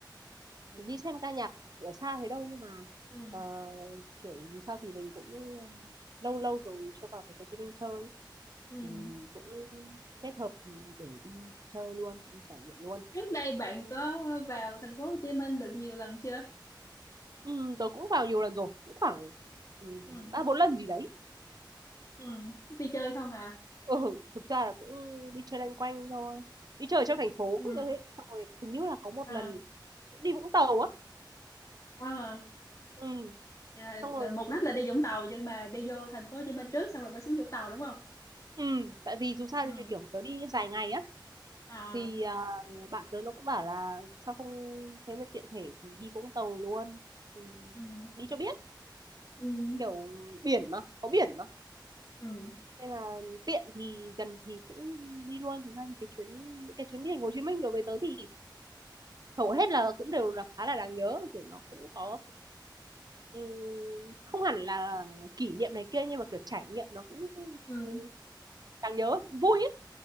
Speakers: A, on the right (about 55°); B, on the left (about 40°).
A: đi xem ca nhạc ở xa thế đâu nhưng mà
B: ừ
A: ờ, kiểu dù sao thì mình cũng ờ, lâu lâu rồi chưa vào thành phố Hồ Chí Minh chơi
B: ừ
A: thì cũng kết hợp để đi chơi luôn, đi trải nghiệm luôn.
B: Trước đây bạn có vào thành phố Hồ Chí Minh được nhiều lần chưa?
A: Ừ, tớ cũng vào nhiều lần rồi, cũng khoảng ừ,
B: ừ
A: ba bốn lần gì đấy.
B: ừ Đi chơi không hả?
A: Ừ, thực ra là cũng đi chơi loanh quanh thôi. Đi chơi ở trong thành phố
B: ừ
A: cũng thế. Xong rồi hình như là có một
B: À,
A: lần cũng đi Vũng Tàu á.
B: wow.
A: Ừ,
B: Vậy
A: xong
B: là
A: rồi
B: mục đích là đi Vũng Tàu nhưng mà đi vô thành phố Hồ Chí Minh trước xong rồi mới xuống Vũng Tàu đúng không?
A: ừ, tại vì dù sao
B: ừ
A: thì kiểu tớ đi dài ngày á
B: À,
A: thì à, bạn tớ nó cũng bảo là sao không thế mà tiện thể thì đi Vũng Tàu luôn. Ừ,
B: ừ
A: đi cho biết,
B: ừ.
A: kiểu biển mà, có biển mà.
B: ừ
A: Nên là tiện thì gần thì cũng đi luôn. Thực ra thì cái chuyến những cái chuyến đi thành phố Hồ Chí Minh đối với tớ thì hầu hết là cũng đều là khá là đáng nhớ kiểu nó cũng có ừm, không hẳn là kỷ niệm này kia nhưng mà kiểu trải nghiệm nó cũng
B: ừ
A: ừm, đáng nhớ vui ấy.